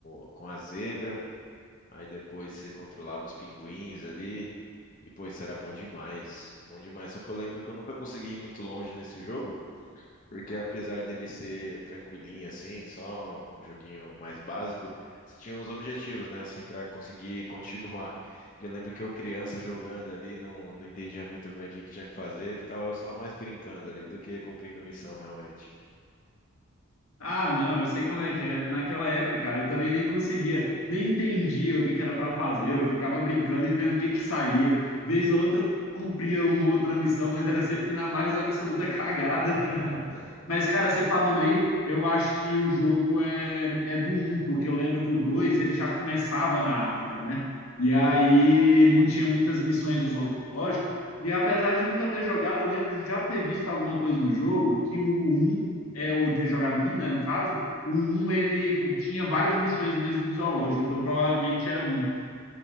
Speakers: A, on the left; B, on the left.
A: o- com a zebra. Aí depois você controlava os pinguins ali. E, pô, isso era bom demais. Bom demais. Só que eu lembro que eu nunca consegui ir muito longe nesse jogo, porque apesar dele ser tranquilinho, assim, só um joguinho mais básico, você tinha uns objetivos, né, assim, pra conseguir continuar. E eu lembro que eu, criança, jogando ali, não, não entendia muito bem o que que tinha que fazer, ficava só mais brincando ali do que cumprindo missão, realmente.
B: Ah, não, eu sei como é que é. Naquela época, cara, eu também nem conseguia, nem entendia o que que era para fazer. Eu ficava brincando e vendo o que que saía. Vez ou outra, eu cumpria uma outra missão, mas era sempre na mais absoluta cagada.
A: <laughs>
B: <laughs> Mas, cara, você falando aí, eu acho que o jogo é, é do um, porque eu lembro que o 2 ele já começava na África, né? E aí não tinha muitas missões no zoológico. E apesar de nunca ter jogado, eu lembro de já ter visto alguma coisa do jogo, que o um é, ou ter jogado um, né, no caso, o um ele tinha várias missões mesmo no zoológico, então provavelmente era um.